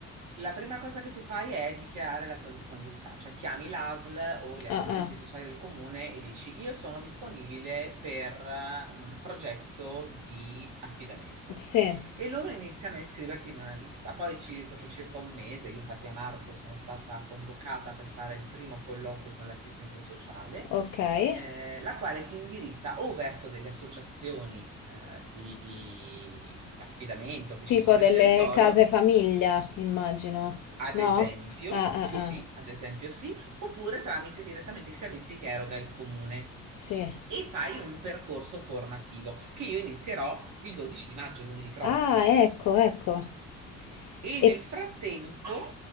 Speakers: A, on the right (about 75°); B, on the left (about 80°).
A: La prima cosa che tu fai è dichiarare la tua disponibilità, cioè chiami l'ASL o gli assistenti
B: Ah, ah,
A: sociali del comune e dici io sono disponibile per eh, un progetto di affidamento.
B: sì.
A: E loro iniziano a iscriverti in una lista. Poi ci- dopo circa un mese, io infatti a marzo sono stata convocata per fare il primo colloquio con l'assistente sociale,
B: Okay.
A: eh, la quale ti indirizza o verso delle associazioni eh, di di affidamento che
B: Tipo
A: ci sono
B: delle
A: nel territorio
B: case famiglia, immagino,
A: ad
B: no?
A: esempio,
B: Ah, ah,
A: sì, sì,
B: ah,
A: ad esempio sì, oppure tramite direttamente i servizi che eroga il comune.
B: sì.
A: E fai un percorso formativo che io inizierò il 12 di maggio, lunedì prossimo.
B: Ah, ecco, ecco.
A: E
B: E
A: nel frattempo